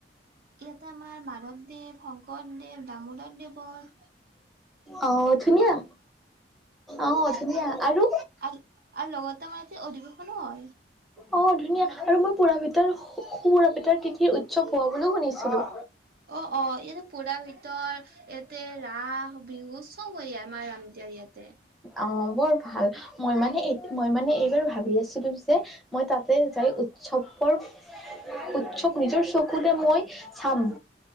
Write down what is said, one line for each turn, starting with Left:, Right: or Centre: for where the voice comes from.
Right: ইয়াতে আমাৰ মাধৱদেৱ শংকৰদেৱ ডামোদৰ দেৱৰ।
Centre: অ' ধুনীয়া অ' ধুনীয়া আৰু
Right: আৰু <unintelligible> অধিৱেশনো হয়।
Centre: অ' ধুনীয়া আৰু মই পুৰাপিতাৰ পুৰাপিতাৰ তিথিৰ উৎসৱ হোৱা বুলিও শুনিছিলো।
Right: অ', অ' ইতে পুৰা গিতৰ ইয়াতে ৰাস বিহুচ চব হৈ আমাৰ ৰাম দিয়াৰ ইয়াতে
Centre: আহ বৰ ভাল মই মানে মই মানে এইবাৰ ভাবি আছিলো যে মই তাতে যাই উৎসৱৰ উৎসৱ নিজৰ চকুতে মই চাম।